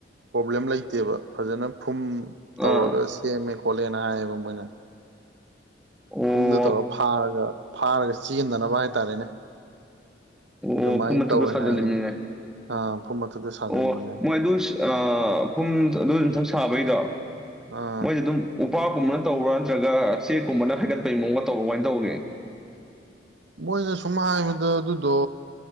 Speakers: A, on the right; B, in the centre.
A: ꯄ꯭ꯔꯣꯕ꯭ꯂꯦꯝ ꯂꯩꯇꯦꯕ ꯐꯖꯅ ꯐꯨꯝ ꯇꯧꯔꯒ
B: ꯑꯥ ꯑꯥ
A: ꯁꯦꯝꯃꯦ ꯈꯣꯠꯂꯦꯅ ꯍꯥꯏꯌꯦꯕ ꯃꯣꯏꯅ
B: ꯑꯣ
A: ꯐꯨꯝꯗꯨ ꯇꯧꯔ ꯐꯥꯔꯒ ꯐꯥꯔꯒꯁ ꯆꯍꯟꯗꯅꯕ ꯍꯥꯏꯇꯥꯔꯦꯅꯦ
B: ꯑꯣ
A: ꯑꯗꯨꯃꯥꯏꯅ
B: ꯐꯨꯝꯃꯇꯛꯇ
A: ꯇꯧꯋꯦ
B: ꯁꯖꯜꯂꯤꯅꯤꯅꯦ
A: ꯍꯥꯏꯌꯦ ꯑꯥ ꯐꯨꯝ ꯃꯊꯛꯇ ꯁꯥꯖꯟꯕꯅꯦ
B: ꯑꯣ ꯃꯣꯏ ꯑꯗꯨ ꯐꯨꯝ ꯑꯗꯨ ꯌꯊꯛ ꯁꯥꯕꯩꯗꯣ
A: ꯑꯥ
B: ꯃꯣꯏꯁꯨꯦ ꯑꯗꯨꯝ ꯎꯄꯥꯛ ꯒꯨꯝꯕꯅ ꯇꯧꯕ꯭ꯔꯥ ꯅꯠꯇꯔꯒꯅ ꯆꯦꯛꯀꯨꯝꯕꯅ ꯍꯥꯏꯒꯠꯄꯒꯤ ꯃꯑꯣꯡꯗ ꯇꯧꯕ ꯀꯃꯥꯏꯅ ꯇꯧꯒꯦ
A: ꯃꯣꯏꯅ ꯁꯨꯝ ꯍꯥꯏꯕꯗ ꯑꯗꯨꯗꯣ